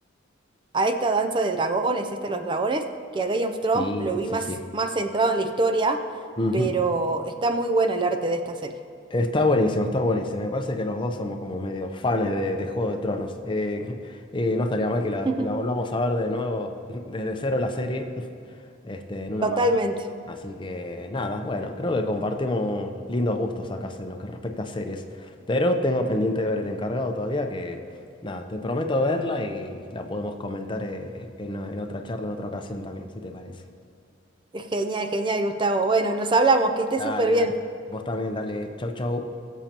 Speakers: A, on the right (about 25°); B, on the left (about 25°).
A: a esta danza de dragones, este de los dragones, que a Game of Thrones
B: Sí,
A: lo
B: sí,
A: vi
B: sí,
A: más,
B: sí.
A: más centrado en la historia,
B: Ujú.
A: pero está muy bueno el arte de esta serie.
B: Está buenísimo, está buenísimo. Me parece que los dos somos como medio fans de, de Juego de Tronos. Eh, <laughs> eh, no estaría mal que la,
A: <laughs>
B: que la volvamos a ver de nuevo <laughs> desde cero la serie. este, en una
A: Totalmente.
B: maratón. Así que nada, bueno, creo que compartimos lindos gustos acá en lo que respecta a series. Pero tengo pendiente de ver El Encargado todavía, que nada, te prometo verla y la podemos comentar eh, en, en otra charla, en otra ocasión también, si te parece.
A: Genial, genial, Gustavo. Bueno, nos hablamos, que esté
B: Dale,
A: súper bien.
B: dale. Vos también, dale. Chau, chau.